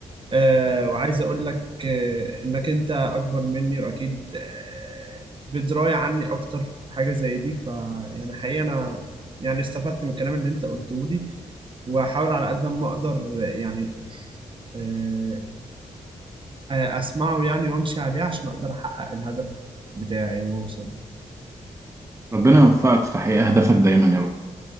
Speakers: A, on the right; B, on the right.
A: آه، وعايز اقول لك آه، انك انت اكبر مني واكيد آه، بدرايه عني اكتر في حاجه زي دي ف يعني حقيقه انا يعني استفدت من الكلام اللي انت قلته لي واحاول على قد ما اقدر آه، يعني آه، آه، اسمعه يعني وامشي عليه عشان اقدر احقق الهدف بتاعي واوصل
B: ربنا يوفقك في تحقيق أهدافك دايما يا رب